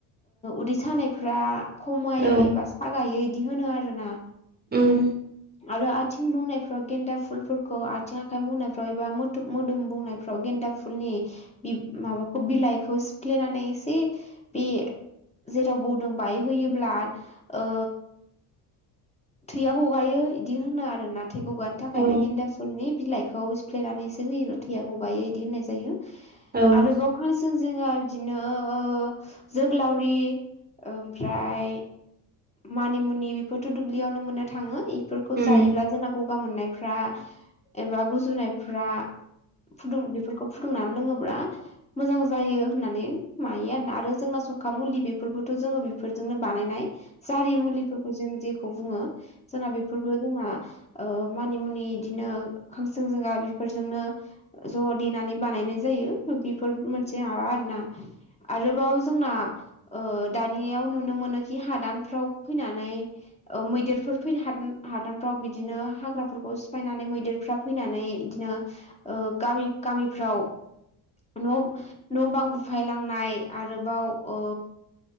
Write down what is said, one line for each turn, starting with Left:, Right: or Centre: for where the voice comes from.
Left: उदै सानायफ्रा खमायो
Right: औ
Left: एबा सागायो बिदि होनो आरोना।
Right: उम।
Left: आरो आथिं बुंनायफ्राव गेन्दा फुलफोरखौ आथिं आखाइ बुंनायफ्राव एबा मो मोदोम बुंनायफ्राव फाव गेन्दा फुलनि बि माबाखौ बिलाइखौ सिफ्लेनानै एसे बे जेराव बौदों बाहाय होयोब्ला ओ थैया गगायो इदि होनो आरोना। थै गगानो थाखाय
Right: औ
Left: बे गेन्दा फुलनि बिलाइखौ सिफ्लेनानैसो होयो थैया गगायो बिदि होननाय जायो।
Right: उम
Left: आरोबाव खानसिं जिङा बिदिनो ओ जोग्लावरि ओमफ्राय मानिमुनि बेफोरथ' दुब्लियावनो मोननो थाङो ए फोरखौ
Right: उम औ उम
Left: जायोब्ला जोंना गगा मोननायफ्रा एबा गुजुनायफ्रा फुदुं बेफोरखौ फुदुंनानै लोङोब्ला मोजां जायो होननानै मायो आरोना। आरो जोंना सखा मुलि बेफोरबोथ' जोङो बेफोरजोंनो बानायनाय। जारि मुलिफोरखौ जों जेखौ बुङो जोंना बेफोरबो जोंना ओ मानि मुनि बिदिनो खांसिं जंगा बेफोरजोंनो ज' देनानै बानायनाय जायो बेफोर मोनसे माबा आरोना आरोबाव जोंना ओ दानियाव नुनो मोनोखि हादानफ्राव फैनानै औ मैदेरफोर फैनो हा-हादानफ्राव बिदिनो हाग्राफोरखौ सिफायनानै मैदेरफ्रा फैनानै बिदिनो ओ गामि गामिफ्राव न न' बां बुफायलांनाय आरोबाव ओ